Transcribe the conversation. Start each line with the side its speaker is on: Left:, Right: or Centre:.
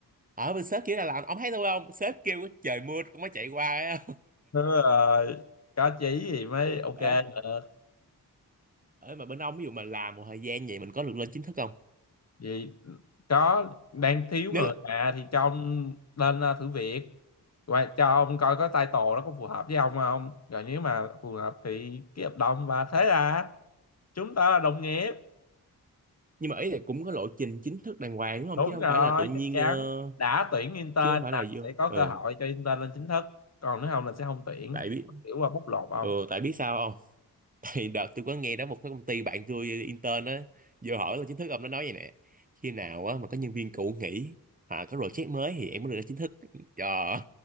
Right: ở bên sếp kia là làm ông thấy tôi không sếp kêu trời mưa cũng mới chạy qua
Left: đúng rồi có chí thì mới ok
Right: á <laughs>
Left: được
Right: ở mà bên ông ví dụ mà làm một thời gian vậy mình có được lên chính thức không
Left: vì có đang thiếu
Right: nếu
Left: người
Right: là
Left: mà thì cho ông lên ờ, thử việc và cho ông coi có title nó có phù hợp với ông không rồi nếu mà phù hợp thì ký hợp đồng và thế là chúng ta là đồng nghiệp
Right: nhưng mà ý là cũng có lộ trình chính thức đàng hoàng đúng không
Left: Đúng
Right: chứ không
Left: rồi,
Right: phải là tự nhiên
Left: chắc chắn.
Right: ờ,
Left: Đã tuyển intern
Right: chứ không phải
Left: là
Right: là
Left: sẽ
Right: vô
Left: có
Right: ừ
Left: cơ hội cho intern lên chính thức. Còn nếu không là sẽ không tuyển.
Right: tại biết
Left: Kiểu qua bóc lột không?
Right: ừ tại biết sao không <laughs> tại đợt tôi có nghe đó một cái công ty bạn tôi intern á vô hỏi là chính thức ông nó nói vậy nè khi nào á mà có nhân viên cũ nghỉ hoặc có project mới thì em mới được lên chính thức trời